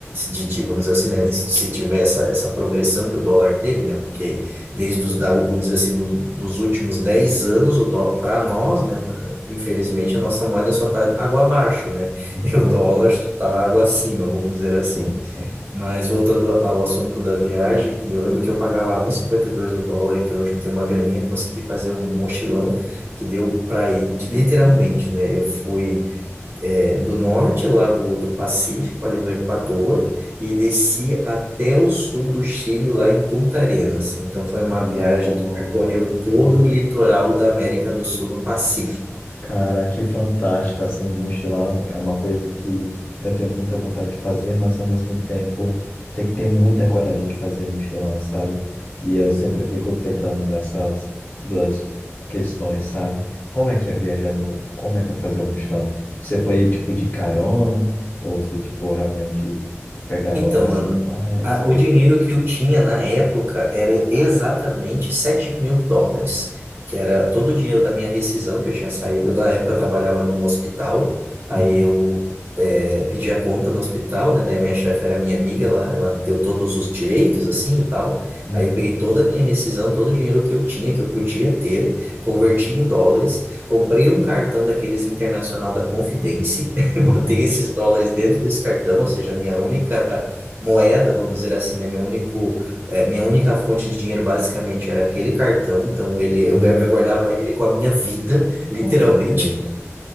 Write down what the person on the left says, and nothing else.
uhum,
sim, sim.
Uhum.
Nossa.
Cara, que fantástico, assim, mochilar é uma coisa que eu tenho muita vontade de fazer, mas ao mesmo tempo tem que ter muita coragem de fazer mochilão, sabe? E eu sempre fico teclando nessas duas questões, sabe? Como é que é viajar no... Como é que eu vou fazer o mochilão? Você foi, tipo, de carona? Ou você, tipo, realmente pegava
ônibus
e tudo mais?
Ou...
Uhum,
uhum,
uhum,
uhum,
uhum.
Com certeza.